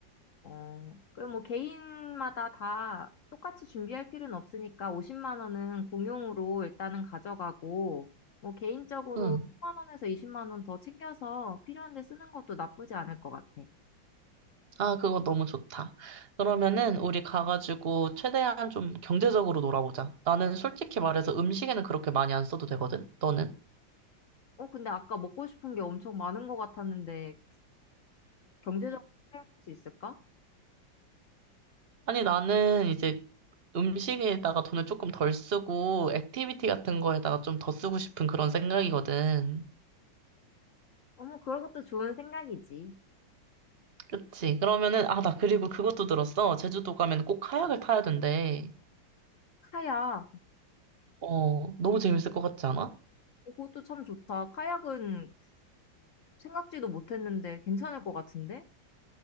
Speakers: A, on the left; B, on the right.
A: 어, 그 뭐 개인마다 다 똑같이 준비할 필요는 없으니까 50만 원은 공용으로 일단은 가져가고 뭐 개인적으로
B: 응.
A: 10만 원에서 20만 원 더 챙겨서 필요한 데 쓰는 것도 나쁘지 않을 것 같아.
B: 아, 그거 너무 좋다. 그러면은 우리 가가지고 최대한 좀 경제적으로 놀아보자. 나는 솔직히 말해서 음식에는 그렇게 많이 안 써도 되거든? 너는?
A: 어, 근데 아까 먹고 싶은 게 엄청 많은 것 같았는데 경제적으로 생각할 수 있을까?
B: 아니, 나는 이제 음식에다가 돈을 조금 덜 쓰고, 액티비티 같은 거에다가 좀 더 쓰고 싶은 그런 생각이거든.
A: 어머, 그런 것도 좋은 생각이지.
B: 그치? 그러면은, 아, 나 그리고 그것도 들었어. 제주도 가면 꼭 카약을 타야 된대.
A: 카약.
B: 어, 너무 재밌을 것 같지 않아?
A: 어, 그것도 참 좋다. 카약은 생각지도 못했는데 괜찮을 것 같은데?